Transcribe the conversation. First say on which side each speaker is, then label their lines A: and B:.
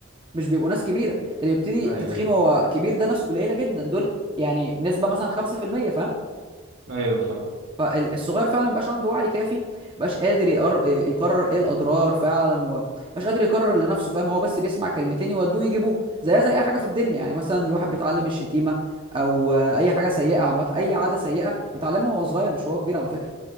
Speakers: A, on the right; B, on the right.
A: مش بيبقوا ناس كبيره اللي بيبتدي
B: ايوه
A: تدخين وهو كبير ده ناس قليله جدا دول يعني نسبه مثلا 5% فاهم
B: ايوه فاهم
A: فالصغير فعلا مبقاش عنده وعي كافي مبقاش قادر يقر... يقرر ايه الاضرار فعلا ومبقاش قادر يقرر لنفسه فاهم هو بس بيسمع كلمتين يودوه يجيبوه زي زي اي حاجه في الدنيا يعني مثلا الواحد بيتعلم الشتيمه او آه، اي حاجه سيئه عامه اي عاده سيئه بيتعلمها وهو صغير مش وهو كبير على فكره